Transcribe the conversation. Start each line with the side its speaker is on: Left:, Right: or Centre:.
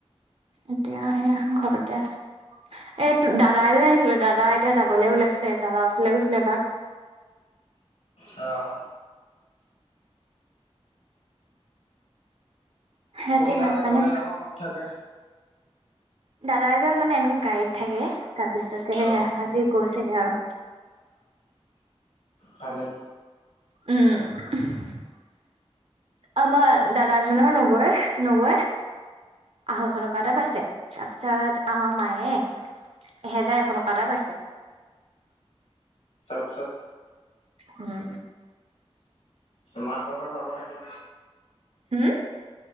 Right: এতিয়া এয়া ঘৰতে আছোঁ। এতো দাদাইৰে আহিছিল, দাদা এতিয়া যাবলৈ ওলাইছিলে। দাদাৰ ওচৰলে গৈছিলে এপাক।
Left: অহ।
Right: ৰাতি
Left: কোন দাদা,
Right: ভাত পানী
Left: কলৈ যাব, ক'ত থাকে?
Right: দাদা এজন, মানে এনেকে গাড়ীত থাকে। তাৰপিছতে,
Left: অ
Right: আজি গৈছেগে আৰু।
Left: হয় নে।
Right: উম। উম, আমাৰ দাদাজনৰ নবৌৰ, নবৌৱে, আঢ়ৈশ টকা এটা পাইছে। তাৰ পিছত, আমাৰ মায়ে এহেজাৰ এশ টকা এটা পাইছে।
Left: পিছত।
Right: উম।
Left: মাছ-মাংস খাব নে কি?
Right: ম -